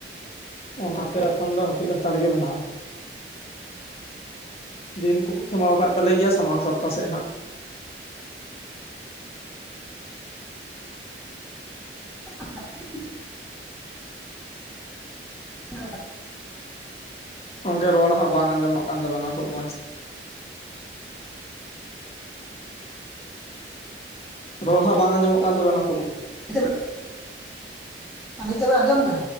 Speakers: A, on the left; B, in the centre.
A: ᱚᱱᱟᱛᱮ ᱮᱠᱷᱚᱱ ᱫᱚ ᱦᱟᱹᱯᱤᱫ ᱦᱟᱛᱟᱲ ᱜᱮ ᱢᱮᱱᱟᱜ-ᱟ᱾ ᱫᱤᱱ ᱠᱚᱠᱚ ᱠᱷᱮᱢᱟᱣ ᱠᱟᱫ ᱛᱟᱞᱮ ᱜᱮᱭᱟ ᱥᱟᱢᱟᱝ ᱥᱚᱯᱛᱟ ᱥᱮᱫ ᱦᱟᱸᱜ᱾
B: <unintelligible> <unintelligible>
A: ᱜᱚᱝᱠᱮ ᱨᱚᱲ ᱦᱟᱸᱜ ᱵᱟᱝ ᱟᱸᱡᱚᱢᱚᱜ ᱠᱟᱱ ᱛᱟᱵᱮᱱᱟ ᱠᱷᱩᱵ ᱢᱚᱸᱡᱽ᱾ ᱨᱚᱲ ᱦᱟᱸᱜ ᱵᱟᱝ ᱟᱸᱡᱚᱢᱚᱜ ᱠᱟᱱ ᱛᱟᱵᱮᱱᱟ ᱠᱷᱩᱵ
B: <unintelligible> ᱟᱨ ᱱᱤᱛᱚᱜ ᱵᱮᱱ ᱟᱸᱡᱚᱢ ᱫᱟ?